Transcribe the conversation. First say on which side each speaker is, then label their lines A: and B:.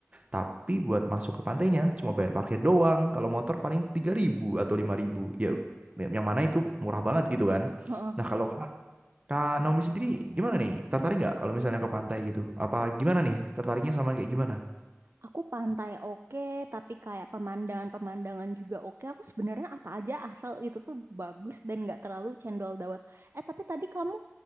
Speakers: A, on the right; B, on the right.
A: tapi buat masuk ke pantainya cuma bayar parkir doang kalau motor paling 3 ribu atau 5 ribu ya yang mana itu murah banget gitu kan
B: Heeh.
A: nah kalau Kak Kak Naomi sendiri gimana nih tertarik nggak kalau misalnya ke pantai gitu apa gimana nih tertariknya sama kayak gimana
B: Aku pantai oke, tapi kayak pemandangan-pemandangan juga oke. Aku sebenarnya apa aja asal itu tuh bagus dan nggak terlalu cendol dawet. Eh, tapi tadi kamu